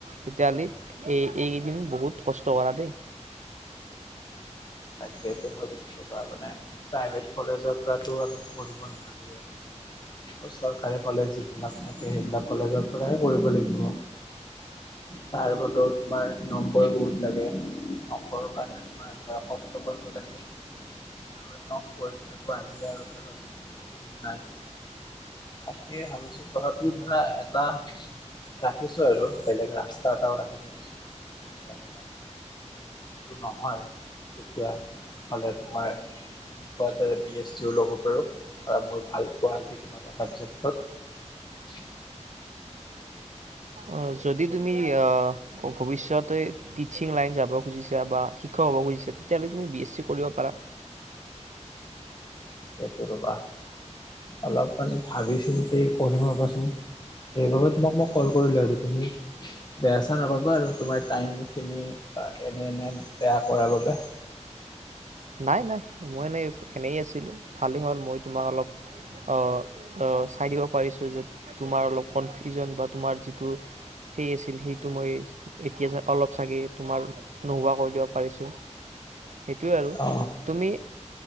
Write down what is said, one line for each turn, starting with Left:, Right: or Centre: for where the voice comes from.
Right: তেতিয়াহলে এই এইকেইদিন বহুত কষ্ট কৰা দেই
Left: তাকেই তো ভাবিছো, বা মানে প্ৰাইভেট কলেজৰ পৰাতো আমি কৰিব নোৱাৰোৱে, ত চৰকাৰী কলেজ যিবিলাক থাকে সেইবিলাক কলেজৰ পৰাই কৰিব লাগিব, তাৰ বাবেও তোমাৰ নম্বৰ বহুত লাগে নম্বৰৰ কাৰণে তোমাৰ কৰিব লাগিল, আৰু এনেও পৰীক্ষাটো আহিলে আৰু ধৰাচোন বেছি দিন নাই, তাকে ভাবিছো তথাপিও ধৰা এটা ৰাখিছো আৰু বেলেগ ৰাস্তা এটাও ৰাখি থৈ দিছো। তোমাৰ যদি টো নহয় তেতিয়া হ'লে তোমাৰ তুমি কোৱা বি এছ চিও ল'ব পাৰোঁ, আৰু মোৰ ভাল পোৱা যিকোনো এটা ছাবজেক্টত
Right: অ যদি তুমি আহ ভৱিষ্যতে টিচিং লাইন যাব খুজিছা বা শিক্ষক হ'ব খুজিছে, তেতিয়াহলে তুমি বি এছ চি কৰিব পাৰা
Left: সেইটো ৰবা অলপমান ভাবি চিন্তি কৰিম ৰ'বাচোন, সেইবাবে তোমাক মই কল কৰিলোঁ আৰু তুমি বেয়া চা নাপাবা আৰু তোমাৰ টাইমখিনি বা এনে এনে বেয়া কৰাৰ বাবে
Right: নাই নাই মই এনেই এনেই আছিলো, ভালেই হ'ল মই তোমাক অলপ আহ চাই দিব পাৰিছো যে তোমাৰ অলপ কনফিউজন বা তোমাৰ যিটো সেই আছিল সেইটো মই এতিয়া অলপ চাগে তোমাৰ নোহোৱা কৰি দিব পাৰিছো সেইটোৱে আৰু,
Left: অ
Right: তুমি